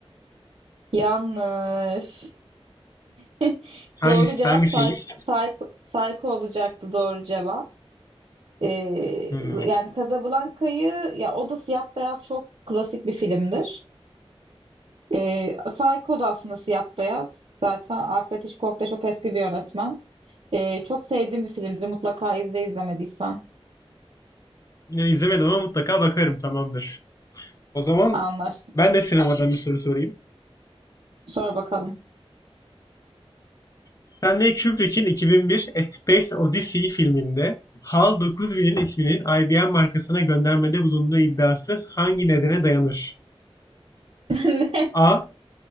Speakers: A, on the right; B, on the left.
A: Yanlış. <laughs>
B: Hangisi,
A: Doğru cevap
B: hangisiymiş?
A: Psy- Psycho, Psycho olacaktı doğru cevap. Ee,
B: Hmm.
A: yani Casablanca'yı ya o da siyah beyaz çok klasik bir filmdir. Ee, Psycho da aslında siyah beyaz. Zaten Alfred Hitchcock da çok eski bir yönetmen. Ee, çok sevdiğim bir filmdir. Mutlaka izle izlemediysen.
B: Ya, İzlemedim ama mutlaka bakarım tamamdır. O zaman
A: Anlaştık.
B: ben de sinemadan bir soru sorayım.
A: Sor bakalım.
B: Stanley Kubrick'in 2001 A Space Odyssey filminde HAL 9000'in isminin IBM markasına göndermede bulunduğu iddiası hangi nedene dayanır?
A: <laughs> Ne?
B: A.